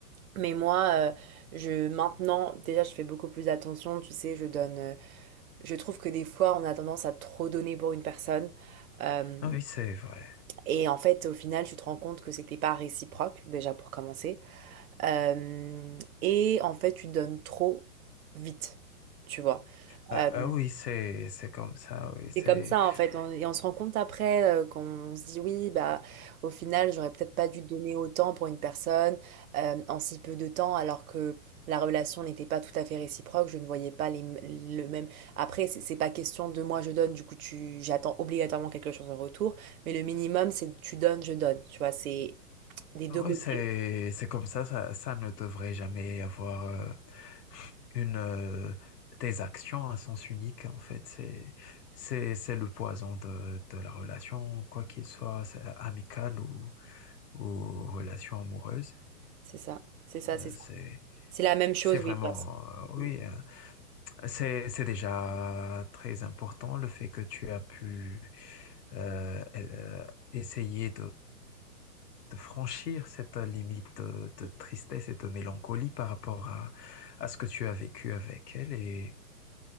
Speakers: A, on the right; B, on the left.
A: Mais moi, euh, je maintenant, déjà, je fais beaucoup plus attention. Tu sais, je donne. euh, je trouve que des fois, on a tendance à trop donner pour une personne. Euh,
B: Ah oui, c'est vrai.
A: et en fait, au final, tu te rends compte que c'était pas réciproque, déjà pour commencer. Euh, et en fait, tu donnes trop vite, tu vois.
B: Ah,
A: Euh,
B: ah oui, c'est, c'est comme ça. Oui, c'est.
A: c'est comme ça, en fait. On- et on se rend compte après euh, qu'on se dit, oui, bah, au final, j'aurais peut-être pas dû donner autant pour une personne euh, en si peu de temps, alors que la relation n'était pas tout à fait réciproque. Je ne voyais pas les, m- le même. Après, c'est c'est pas question de moi, je donne, du coup, tu, j'attends obligatoirement quelque chose en retour. Mais le minimum, c'est tu donnes, je donne. Tu vois, c'est des deux
B: Oui,
A: côtés.
B: c'est, c'est comme ça, ça, ça ne devrait jamais y avoir euh, une, euh, des actions à sens unique, en fait. C'est, c'est, c'est le poison de, de la relation, quoi qu'il soit, c'est amicale ou, ou relation amoureuse.
A: C'est ça. C'est ça,
B: Euh,
A: c'est ça.
B: c'est,
A: C'est la même chose,
B: c'est vraiment,
A: oui, passe.
B: euh, oui,
A: Mm,
B: euh, c'est, c'est déjà très important le fait que tu as pu euh, euh, essayer de franchir cette euh, limite de, de
A: mm,
B: tristesse et de mélancolie par rapport à, à ce que tu as vécu avec elle et,